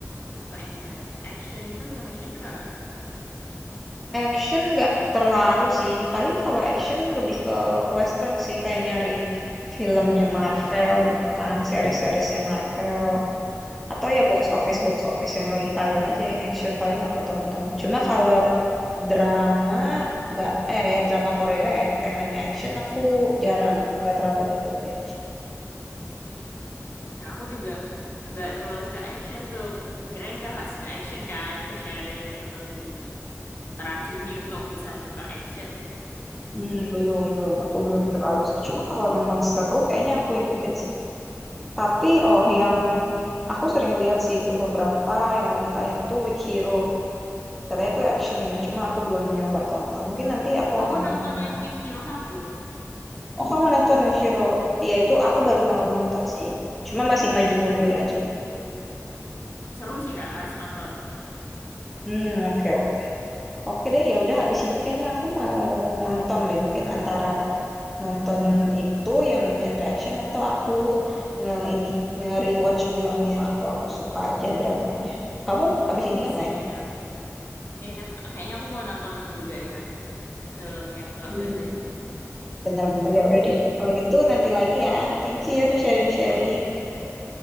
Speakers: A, on the left; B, in the centre.
A: suka yang gimana? Action gitu, film action juga nggak?
B: Action nggak terlalu sih. Paling kalau action lebih ke western sih kayak nyari filmnya Marvel gitu kan, seri-serisnya Marvel. Atau ya box office box office yang lagi tayang aja yang action paling aku tonton. Cuma kalau drama nggak eh ya drama Korea yang temanya action aku jarang nggak terlalu ngikutin.
A: Nah, aku juga nggak terlalu suka action tuh. Kirain kakak suka action kan, bisa sharing, siapa tahu jadi teracuni untuk bisa suka action.
B: Hmm, belum, belum. Aku belum terlalu sih. Cuma kalau memang seru, kayaknya aku ikutin sih. Tapi, oh, yang aku sering lihat sih itu beberapa yang lagi tayang itu Weak Hero. Katanya itu action ya, cuma aku belum nyoba tonton. Mungkin nanti aku
A: Aku
B: akan nyoba
A: nonton
B: nonton.
A: yang Weak Hero satu.
B: Oh, kamu nonton Weak Hero? Iya, itu aku baru mau nonton sih. Cuma masih maju mundur aja.
A: Seru sih kak, harus nonton.
B: Hmm, oke oke. Oke deh, ya udah habis ini kayaknya aku mau nonton deh, mungkin antara nonton itu yang genre action atau aku nge ini nge-rewatch ulang yang aku aku suka aja dramanya. Kamu habis ini ngapain?
A: Siap. Ya, kayaknya aku mau nonton juga deh kak, film yang kakak
B: Hmm.
A: bilang tadi.
B: Benar-benar ya udah deh. Kalau gitu nanti lagi ya. Thank you ya udah sharing-sharing.
A: Oke.